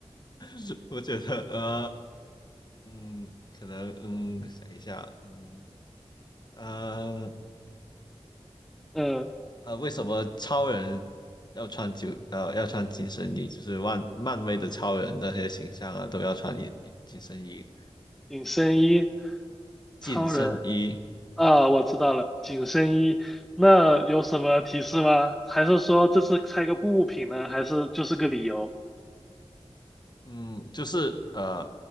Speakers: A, on the left; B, in the centre.
A: <laughs> 我觉得，呃，嗯，可能，嗯，想一下，嗯，呃，
B: 嗯，
A: 呃，为什么超人要穿紧呃，要穿紧身衣？就是漫漫威的超人那些形象啊，都要穿紧紧身衣，
B: 紧身衣，
A: 紧身衣，
B: 超人啊，我知道了，紧身衣。那有什么提示吗？还是说这是猜个物品呢？还是就是个理由？
A: 嗯，就是呃，